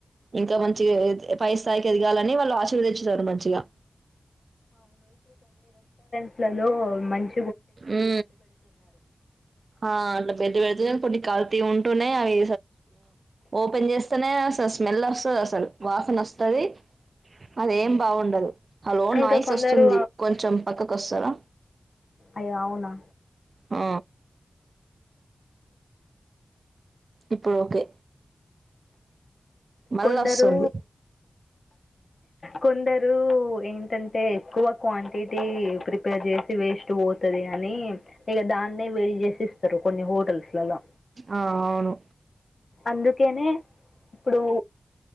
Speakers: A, on the right (about 60°); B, on the left (about 55°).
A: ఇంకా మంచి ఫైవ్ స్థాయికి ఎదిగాలని వాళ్ళు ఆశీర్వదించుతారు మంచిగా
B: పిల్లల్లో మంచి
A: ఉ ఆ బెట్టు పెడితే కొన్ని కల్తీ ఉంటున్నాయి అవి ఓపెన్ చేస్తేనే స్మెల్ వస్తుంది అసలు వాసన వస్తుంది అదేం బాగుండదు హలో
B: ఇంకా
A: నాయిస్
B: కొందరు
A: వస్తుంది కొంచెం పక్కకు వస్తారా
B: అయ్యో అవునా
A: ఆ ఇప్పుడు ఓకే మళ్ళ
B: కొందరు
A: వస్తుంది
B: కొందరు ఏంటంటే ఎక్కువ క్వాంటిటీ ప్రిపేర్ చేసి వేస్ట్ పోతదని ఈగ దాన్నే వేడి చేస్త ఇస్తారు కొన్ని హోటల్లలో
A: ఆ అవును
B: అందుకేనే ఇప్పుడు